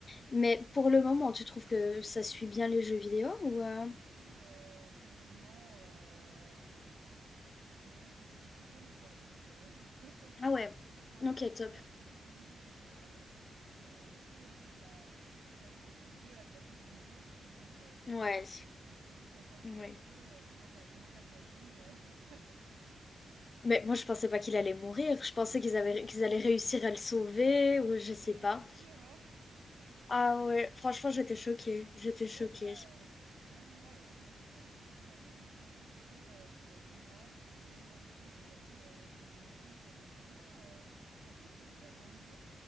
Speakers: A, on the left; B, on the right.
A: Mais pour le moment, tu trouves que ça suit bien les jeux vidéo ou
B: Ah bah
A: euh,
B: ça suit, heu, quasiment, heu, enfin, c'est presque du copier-coller quoi donc heu, <laughs> donc
A: Ah ouais.
B: là pour l'instant
A: Ok,
B: je suis
A: top.
B: pas je suis pas dépaysée mais heu, mais heu, du coup ouais c'est la on va dire l'épisode 2 là de la saison 2 où tout le monde, heu,
A: Ouais.
B: ceux qui jouent qui ont pas joué
A: Ouais.
B: au jeu, heu, comment t'as comment t'as réagi, heu? <laughs>
A: Mais moi, je pensais pas qu'il allait mourir. Je pensais qu'ils avaient, qu'ils allaient réussir à le sauver
B: Ah
A: ou
B: t'as
A: je sais
B: vu hein,
A: pas.
B: c'est dur hein?
A: Ah ouais. Franchement, j'étais choquée. J'étais
B: Même,
A: choquée.
B: ouais, euh, même moi, euh, je savais ce qui allait se passer. C'est toujours compliqué à ce, ce moment-là parce que même dans le jeu, euh, j'avoue, euh, quand ils l'ont tué, je suis là, mais non. euh, En plus, le pire dans le jeu,